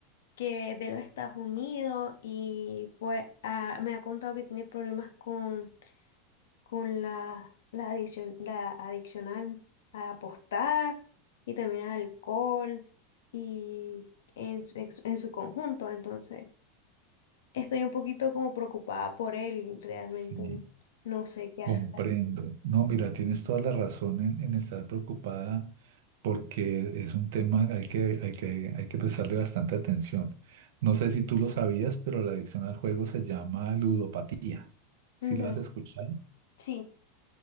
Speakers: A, on the left; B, on the right.
A: que de los Estados Unidos y pues ah, me ha contado que tiene problemas con, con la, la adicción, la adicción al, a apostar y también al alcohol y en, su- en su en su conjunto. Entonces, estoy un poquito como preocupada por él y realmente
B: Sí,
A: no sé qué
B: comprendo.
A: hacer.
B: No, mira, tienes toda la razón en, en estar preocupada porque es un tema al que hay que, hay que prestarle bastante atención. No sé si tú lo sabías, pero la adicción al juego se llama ludopatía. ¿Sí
A: Ujú,
B: la has escuchado?
A: Sí.